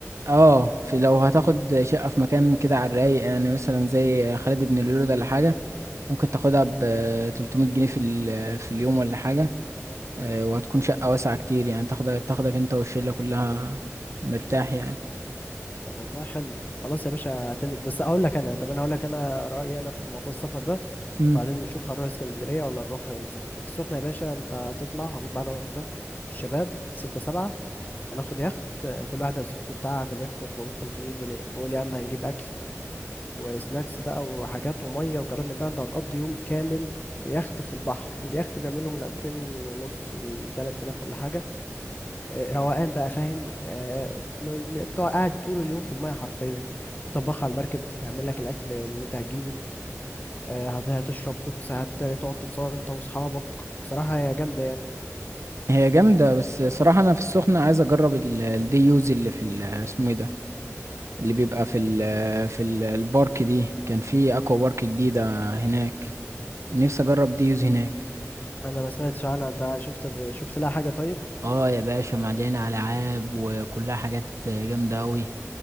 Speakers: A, on the right; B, on the left.
A: اه في لو هتاخد شقه في مكان كده على الرايق يعني مثلا زي خالد بن الوليد ولا حاجه ممكن تاخدها ب 300 جنيه في ال- في اليوم ولا حاجه آه، وهتكون شقة واسعة كتير يعني تاخدك تاخدك انت والشلة كلها مرتاح يعني
B: طب والله حلو خلاص يا باشا اعتمد بس اقول لك انا طب انا هقول لك انا رأيي انا في موضوع السفر ده
A: امم
B: بعدين نشوف هنروح اسكندرية ولا نروح السخنة السخنة يا باشا انت هتطلع هنطلع انا وانت الشباب ستة سبعة هناخد يخت آه، كل واحد هيصرف له بتاعها في اليخت 400 500 جنيه وقول يا عم هنجيب اكل وسناكس بقى وحاجات وميه وكلام من ده انت هتقضي يوم كامل في يخت في البحر اليخت بيعمله من 2000 ونص ل 3000 ولا حاجه آه، روقان بقى فاهم آه، ن- ن- تقعد- قاعد طول اليوم في المية حرفيا في طباخ على المركب هيعمل لك الأكل اللي أنت هتجيبه آه، هت- هتشرب بيبسي هت- هتقعد تتصور أنت وأصحابك بصراحة هي جامدة يعني
A: هي جامدة بس صراحة انا في السخنة عايز اجرب ال- الدي يوز اللي في ال- اسمه ايه ده اللي بيبقى في ال في ال- البارك دي كان في اكوا بارك جديدة هناك نفسي اجرب دي يوز هناك
B: أنا ما سمعتش عنها أنت شفت شفت لها حاجة طيب؟
A: اه يا باشا مليانة ألعاب وكلها حاجات جامدة أوي